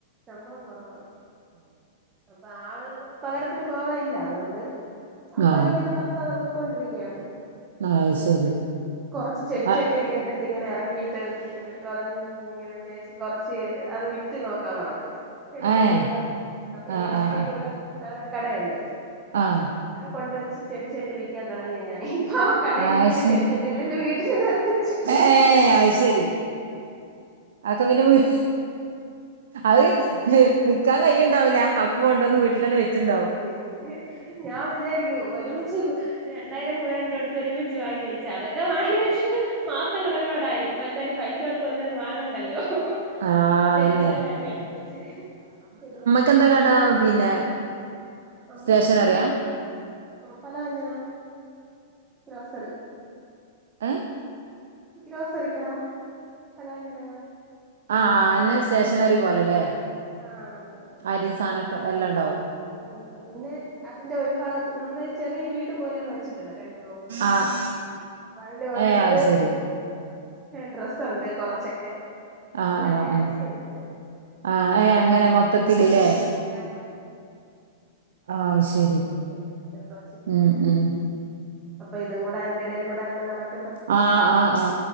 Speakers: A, on the right (about 25°); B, on the right (about 65°).
A: ശമ്പളം കുറവാണ് അപ്പൊ ആള് പകരത്തിന് പോകാല്ല അതുകൊണ്ട് അവള്ങ്ങനെ
B: ആഹ്
A: നിർത്താതെ പോയ്ക്കൊണ്ടിരിക്കുയാണ്
B: അയ് ശരി
A: കുറച്ച് ചെടിച്ചട്ടിയൊക്കെ
B: അഹ്
A: എന്റെ അടുത്ത്ങ്ങന ഇറ ക്കിട്ട് എന്റെ അടുത്ത് പറഞ്ഞ് ഇങ്ങനെ ചേച്ചി കൊറച്ച് അത് വിറ്റ് നോക്കാൻ പറഞ് ചെടിചെട്ടിയൊക്കെ
B: ഏഹ്
A: അപ്പൊ
B: ആഹ്
A: എനിക്ക്
B: ആഹ്
A: അമ്മയ്ക്കവിടെ
B: ആഹ്
A: ഒരു കടയുണ്ട്
B: ആഹ്
A: അവിടെ കൊണ്ടുവെച്ച് ചെടിച്ചെട്ടി വിക്കാൻ തുടങ്ങി ഞാന് ഇപ്പ കടയിലിരിക്കുന്ന
B: അത് ശരി.
A: ചെടിച്ചെട്ടി എന്റെ വീട്ടിൽ നിരത്തി വെച്ചിട്ടുണ്ട്
B: ഏഹ് അത് ശരി ആക്കെ പിന്നെ
A: ചെടി
B: വീ അത് നിക്കാൻ കയ്യ്ണ്ടാവൂലാ അക്കൊ കൊണ്ടന്ന് വീട്ടിലന്നെ വെച്ചുണ്ടാവും
A: <inaudible> ഞാൻ വിചാരിക്കു ഒരുമിച്ച് രണ്ടായിരം മൂവായിരം രൂപ കൊടുത്ത് ഒരുമിച്ച് വാങ്ങി വെച്ച അതൊ ക്കെ വാങ്ങി വെച്ചിട്ട് മാസങ്ങൾ ഒരുപാടായി ഇപ്പൊ എന്തായാലും പൈസ കൊടുത്ത് ഒന്ന് വാങ്ങണ്ടല്ലോ
B: ആഹ്
A: അവിടെ
B: അതെന്നെ.
A: ഇരിക്കുന്നന്നെ അങ്ങ് എടുത്തവെച്ച് ചെടി
B: ഇപ്പെന്ത കട പിന്നെ
A: അമ്മക്ക്
B: സ്റ്റേഷനറിയാ?
A: പലവഞ്ഞന ഗ്രോസറി
B: ഏഹ്
A: ഗ്രോസറിക്കടാ ഫലവഞ്ചനങ്ങള്
B: ആ ആന്നെ സ്റ്റേഷനറി പോലെല്ലേ
A: ആഹ്
B: അരി സാനക്കെ എല്ലണ്ടാവും
A: ഉണ്ട് പിന്നെ അതിന്റെ ഒരു ഭാഗത്ത് നമ്മള് ചെറിയ വീട് പോലെണ് വെച്ചി ട്ടുള്ളെ രണ്ട് റൂമും അങ്ങനെയൊക്കെ
B: ആഹ്
A: അപ്പൊ അതില് ഒരിടത്ത്
B: ഏഹ് അത് ശരി.
A: ഡ്രസ്ണ്ട് കുറച്ചൊക്കെ
B: ആഹ്
A: പിന്നെ
B: ആഹ്
A: ഫാൻസിയുണ്ട്
B: ആഹ് ആഹ് ഏഹ് അങ്ങനെ മൊത്തത്തില്ല്ലേ
A: എല്ലാം
B: ആഹ് ശരി
A: ഇങ്ങനെ വെച്ചിട്ടുള്ള
B: ഉം ഉം
A: അപ്പൊതും കൂടെ അയിന്റെടൽ കൂടെങ്ങനെ നടക്ക
B: ആഹ് ആഹ് ആ